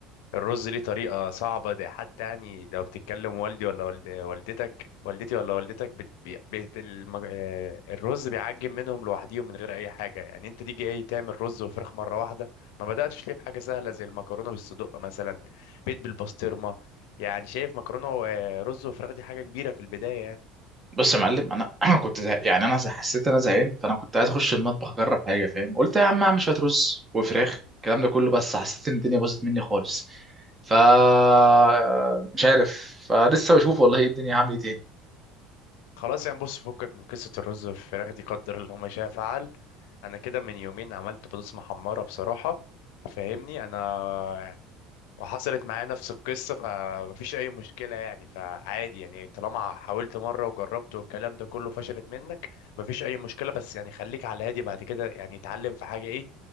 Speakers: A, on the left; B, on the right.
A: الرز ليه طريقة صعبة ده حتى يعني لو بتتكلم والدي ولا والد... والدتك والدتي ولا والدتك بت... بي- بيت المج... آه، الرز بيعجن منهم لوحديهم من غير أي حاجة يعني أنت تيجي إيه تعمل رز وفراخ مرة واحدة ما بدأتش ليه بحاجة سهلة زي المكرونة بالصدق مثلا بيت بالبسطرمة يعني شايف مكرونة ورز وفراخ دي حاجة كبيرة في البداية يعني
B: بص يا معلم انا <clears throat> كنت زه... يعني انا زه- حسيت إن انا زهقان فانا كنت عايز اخش المطبخ اجرب حاجه فاهم قلت يا عم اعمل شويه رز وفراخ الكلام ده كله بس حسيت ان الدنيا باظت مني خالص ف آه، مش عارف فلسه بشوف والله ايه الدنيا هعمل ايه تاني
A: خلاص يعني بص فكك من قصة الرز والفراخ دي قدر اللي هما شاء فعل أنا كده من يومين عملت بطاطس محمرة بصراحة فاهمني انا وحصلت معايا نفس القصة فمفيش أي مشكلة يعني فعادي يعني طالما حاولت مرة وجربت والكلام ده كله فشلت منك مفيش أي مشكلة بس يعني خليك على هادي بعد كده يعني اتعلم في حاجة إيه